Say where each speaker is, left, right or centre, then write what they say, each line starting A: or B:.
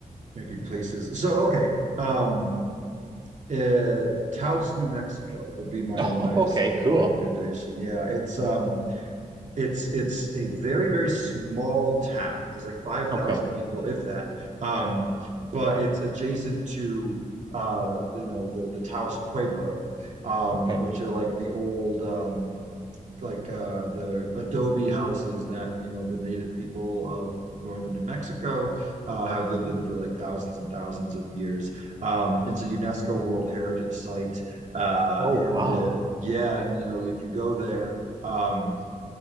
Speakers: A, on the right; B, on the right.
A: maybe places. So okay. Um Uh, Taos, New Mexico would be my
B: Oh,
A: my
B: okay,
A: second
B: cool.
A: recommendation. Yeah, it's um it's it's a very very small town. It has like 5,000
B: Okay,
A: people if that. Um but it's adjacent to uh you know the the Taos Pueblo um
B: okay.
A: which are like the old um like uh, the adobe houses that you know the native people of northern New Mexico, uh, have lived in for like thousands and thousands of years. Um, it's a UNESCO World Heritage Site, uh,
B: Oh,
A: and
B: wow.
A: uh, yeah, and you know if you go there, um,